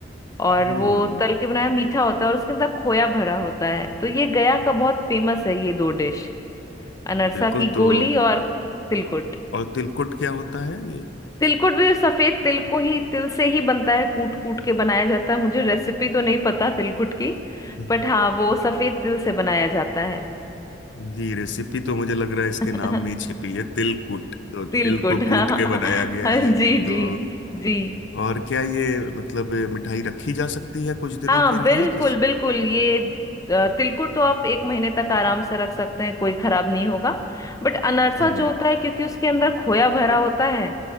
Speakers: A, on the left; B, on the left.
A: और
B: हम्म
A: वो तल के बनाया मीठा होता है और उसके अंदर खोया भरा होता है तो ये गया का बहुत फेमस है ये दो डिश अनरसा
B: बिल्कुल
A: की
B: तो
A: गोली और तिलकुट
B: और तिलकुट क्या होता है ये
A: तिलकुट भी सफेद तिल को ही तिल से ही बनता है कूट कूट के बनाया जाता है मुझे रेसिपी तो नहीं पता तिलकुट की
B: हम्म।
A: बट हाँ वो सफेद तिल से बनाया जाता है
B: जी रेसिपी तो मुझे लग रहा है इसके
A: <laughs>
B: नाम में ही छिपी है तिलकुट तो तिल
A: तिलकुट
B: को कूट
A: हाँ
B: के बनाया गया है
A: जी
B: तो
A: जी जी
B: और क्या ये मतलब मिठाई रखी जा सकती है कुछ दिनों
A: हाँ
B: के लिए
A: बिल्कुल
B: जिस
A: बिल्कुल ये अ, तिलकुट तो आप एक महीने तक आराम से रख सकते हैं कोई खराब नहीं होगा बट अनरसा
B: हम्म
A: जो होता है क्योंकि उसके अंदर खोया भरा होता है